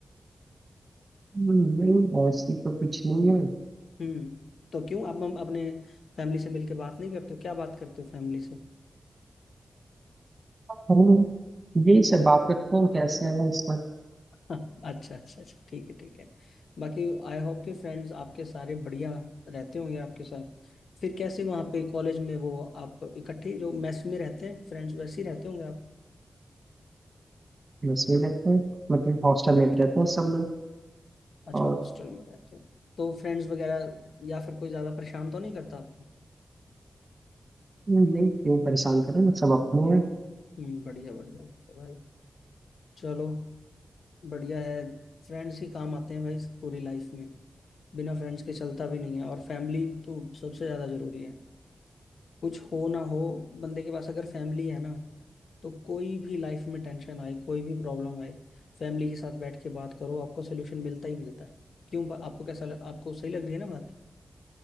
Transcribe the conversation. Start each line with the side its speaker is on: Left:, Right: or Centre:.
Right: हम्म, नहीं ऐसी तो कुछ नहीं है
Left: हम्म तो क्यों आप हम अपने फैमिली से मिलके बात नहीं करते हो क्या बात करते हो फैमिली से <laughs>
Right: हम यही सब बात करते हैं कैसे है इस वक्त
Left: हाँ, अच्छा अच्छा अच्छा ठीक है ठीक है बाकी आई होप के फ्रेंड्स आपके सारे बढ़िया रहते होंगे आपके साथ फिर कैसे वहाँ पे कॉलेज में वो आप इकट्ठे ही जो मेस में रहते हैं फ्रेंड्स वैसे ही रहते होंगे आप
Right: बस में रहते हैं मतलब हॉस्टल में रहते हैं सब लोग
Left: अच्छा
Right: और
Left: हॉस्टल में रहते हो तो फ्रेंड्स वगैरह या फिर कोई ज्यादा परेशान तो नहीं करता आपको
Right: हम्म, नहीं क्यों परेशान करें ना सब अपने हैं
Left: हम्म बढ़िया बढ़िया बढ़िया भाई चलो बढ़िया है फ्रेंड्स ही काम आते हैं भाई पूरी लाइफ में बिना फ्रेंड्स के चलता भी नहीं है और फैमिली तो सबसे ज्यादा जरूरी है कुछ हो ना हो बंदे के पास अगर फैमिली है ना तो कोई भी लाइफ में टेंशन आए कोई भी प्रॉब्लम आए फैमिली के साथ बैठ के बात करो आपको सोल्यूशन मिलता ही मिलता है क्यों बा- आपको कैसा लग, आपको सही लग रही है ना बात